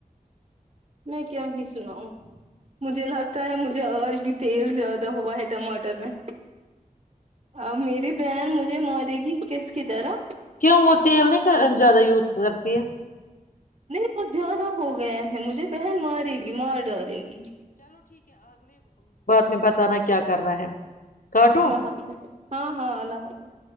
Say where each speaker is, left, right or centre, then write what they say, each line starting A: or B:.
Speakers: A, on the right; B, on the left.
A: میں کیا ہی سنا ہوں مجھے لگتا ہے مجھے آج بھی تیل زیادہ ہوا ہے ٹماٹر میں اور میری بہن مجھے م تگی کیسک دارا
B: کیوں وہ تیل نہیں زیادہ یوز پجٹتی ہے
A: نہیں بہت زیادہ ہو گیا ہے مجھے بہن مارے گی مار ڈالے گی
B: نے بتانا کیا کر رہنا ہے کاٹو
A: اللہ حافظ ہاں ہاں اللہ حافظ